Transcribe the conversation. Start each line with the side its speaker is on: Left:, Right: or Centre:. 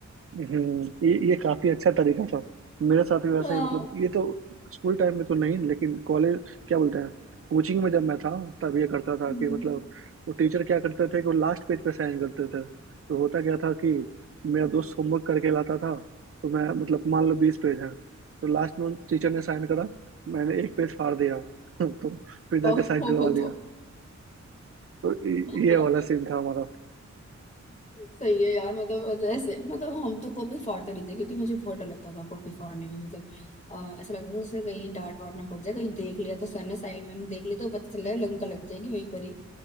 Right: हम्म, ये ये काफी अच्छा तरीका था मेरे साथ भी वैसा
Left: <laughs> हाँ
Right: ही मतलब ये तो स्कूल टाइम में तो नहीं लेकिन कॉलेज क्या बोलते हैं कोचिंग में जब मैं था तब ये करता था
Left: हम्म।
Right: कि मतलब वो टीचर क्या करते थे कि वो लास्ट पेज पे साइन करते थे तो होता क्या था कि मेरा दोस्त होमवर्क करके लाता था तो मैं मतलब मान लो बीस पेज है तो लास्ट में टीचर ने साइन करा मैंने एक पेज फाड़ दिया <laughs> तो फिर जाके
Left: ओह
Right: साइन
Left: वो
Right: करवा
Left: वो
Right: लिया
Left: तो
Right: तो ये
Left: <laughs>
Right: ये वाला सीन था हमारा
Left: सही है यार मतलब मतलब ऐसे मतलब हम तो कॉपी फाड़ते नहीं थे क्योंकि मुझे बहुत डर लगता था कॉपी फाड़ने में मतलब आ, ऐसा लगता था उसे कहीं डांट वाट ना पड़ जाए कहीं देख लिया तो सर ने साइड में देख लिया तो पता चल रहा है लंका लग जाएगी वहीं पर ही